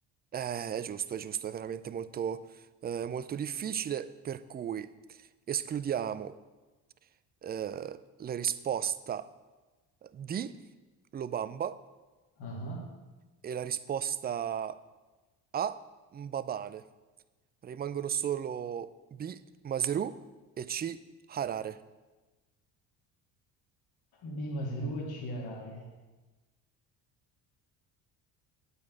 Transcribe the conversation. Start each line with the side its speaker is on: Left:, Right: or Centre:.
Right: Eh, è giusto, è giusto, è veramente molto, eh, molto difficile, per cui escludiamo eh, la risposta D, lo bamba,
Left: Ah ah.
Right: e la risposta A, Mbabane. Rimangono solo B, Maseru e C, Harare.
Left: B, Maseru e C, Harare.